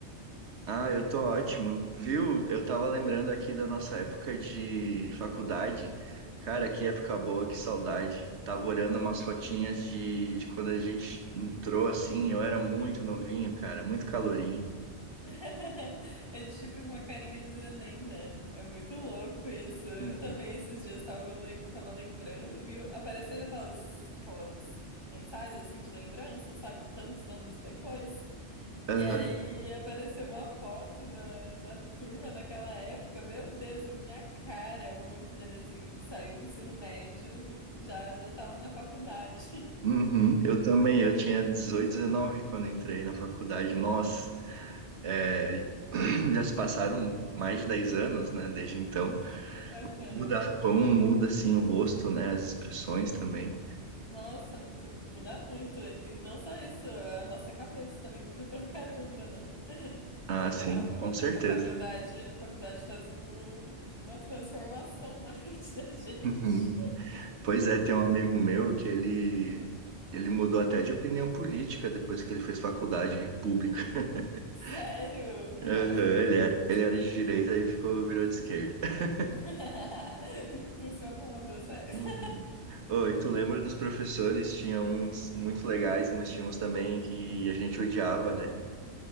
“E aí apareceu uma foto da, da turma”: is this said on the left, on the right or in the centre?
Left